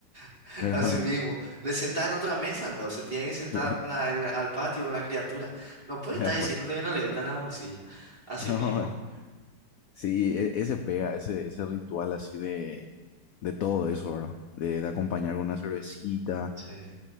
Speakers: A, on the right; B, on the left.
A: <laughs>
B: pero
A: Así mismo.
B: <laughs>
A: Le sentás en otra mesa, luego se tiene que sentar
B: le- le-
A: en la- en la- al patio con la criatura. No puede
B: le
A: estar
B: acuerdo.
A: diciéndote que no le gustan las morcillas. Así
B: no,
A: mismo.
B: sí, e- ese pega, ese, ese ritual así de, de todo eso, ¿verdad? De, de acompañar con una cervecita.
A: Sí,